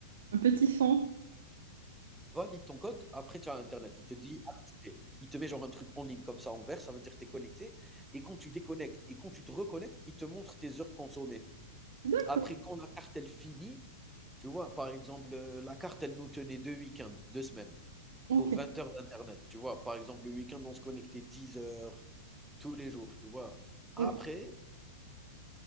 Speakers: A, on the right (about 80°); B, in the centre.
A: Un petit son.
B: valide ton code, après tu as internet. Il te dit: «Activé». Il te met genre un truc en ligne comme ça en vert, ça veut dire que tu es connecté et quand tu déconnectes et quand tu te reconnectes, il te montre tes heures consommées.
A: D'accord.
B: Après quand la carte elle finit, tu vois? Par exemple, heu, la carte elle nous tenait 2 week-ends, 2 semaines.
A: OK.
B: Pour 20 heures d'internet, tu vois? Par exemple, le week-end, on se connectait 10 heures tous les jours, tu vois? Après
A: OK.